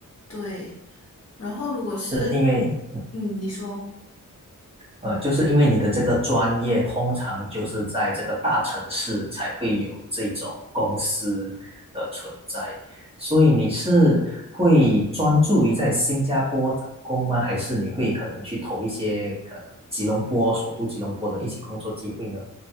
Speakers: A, on the left; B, on the right.
A: 对。然后如果是，
B: 是因为
A: 嗯，你说，
B: 呃，就是因为你的这个专业，通常就是在这个大城市才会有这种公司的存在，所以你是会专注于在新加坡找工吗？还是你会可能去投一些呃吉隆坡首都吉隆坡的一些工作机会呢？